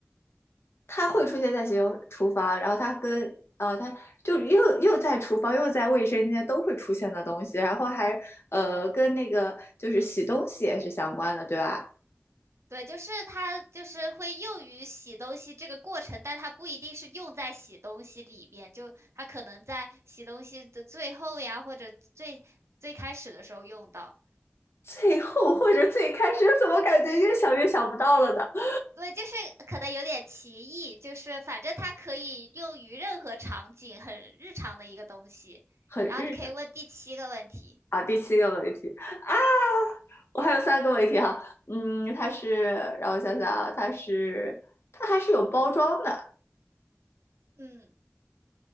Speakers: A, on the left; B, on the right.
A: 他会出现在洗手厨房，然后他跟呃，他就又又在厨房又在卫生间都会出现的东西，然后还呃跟那个就是洗东西也是相关的，对吧？
B: 对，就是它就是会用于洗东西这个过程，但它不一定是用在洗东西里面，就它可能在洗东西的最后呀，或者最最开始的时候用到。
A: <laughs> 最后或者最开始怎么感觉越想越想不到了呢？<laughs>
B: 对，就是可能有点歧义，就是反正它可以用于任何场景，很日常的一个东西。
A: 很日常
B: 然后你可以问第七个问题，
A: 啊。第七个问题啊，我还有三个问题哈、嗯，
B: 嗯
A: 它是让我想想啊，它是它还是有包装的，
B: 嗯，